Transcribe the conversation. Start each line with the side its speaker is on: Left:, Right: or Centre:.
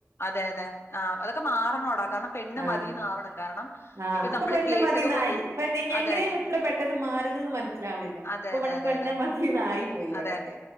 Left: അതെ അതെ ആ അതൊക്കെ മാറാണോടാ കാരണം പെണ്ണ്
Right: ആഹ്
Left: മതീന്ന് ആവണം കാരണം
Right: ആഹ്
Left: ഇപ്പൊ നമ്മള്
Right: പെണ്ണ്
Left: കേട്ടതുപോലെ
Right: മതിന്നായി പെ എങ്ങനെ
Left: അതെ അതെ
Right: ഇത്ര പെട്ടെന്ന് മാറിയതെന്ന് മനസ്സിലാവണില്ല
Left: അതെ
Right: ഇപ്പൊ
Left: അതെ
Right: ഇവിടെ
Left: അതെ
Right: പെണ്ണ്
Left: അതെ
Right: മതിന്നായി പോയി ഇവിടൊക്കെ
Left: അതെ